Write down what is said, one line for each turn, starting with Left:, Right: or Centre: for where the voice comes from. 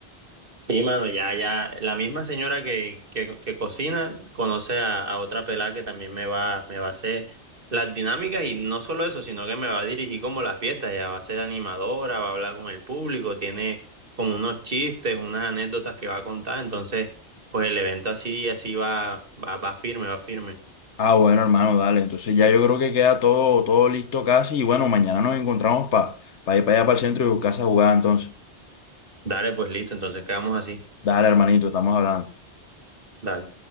Right: Sí, mano, ya, ya. La misma señora que, que, que cocina conoce a, a otra pelada que también me va, me va a hacer las dinámicas y no solo eso, sino que me va a dirigir como la fiesta. Ella va a ser animadora, va a hablar con el público, tiene como unos chistes, unas anécdotas que va a contar. Entonces, pues el evento así, así va, va, va firme, va firme.
Left: Ah, bueno, hermano, dale. Entonces ya yo creo que queda todo, todo listo casi. Y bueno, mañana nos encontramos para ir para allá para el centro y buscar esa jugada entonces.
Right: Dale, pues listo, entonces quedamos así.
Left: Dale, hermanito, estamos hablando.
Right: Dale.